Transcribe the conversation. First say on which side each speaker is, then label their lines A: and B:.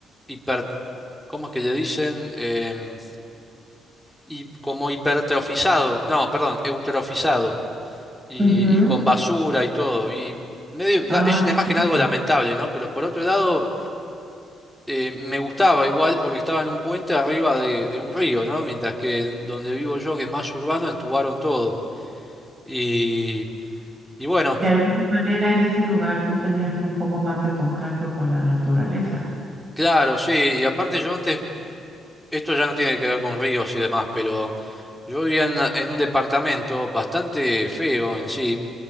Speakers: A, in the centre; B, on the right (about 25°).
A: hiper, ¿cómo es que le dicen? Em, y como hipertrofizado, no, perdón, eutrofizado y,
B: Ujú.
A: y con basura y todo. Y medio,
B: Ah,
A: da- es una imagen
B: interesante.
A: algo lamentable, ¿no? Pero por otro lado... eh, me gustaba igual porque estaba en un puente arriba de, de un río, ¿no? Mientras que en donde vivo yo, que es más urbano, entubaron todo. Y, y bueno,
B: de alguna manera en ese lugar tú tenías un poco más de contacto con la naturaleza.
A: claro, sí. Y aparte yo antes, esto ya no tiene que ver con ríos y demás, pero yo vivía en, una- en un departamento bastante feo en sí,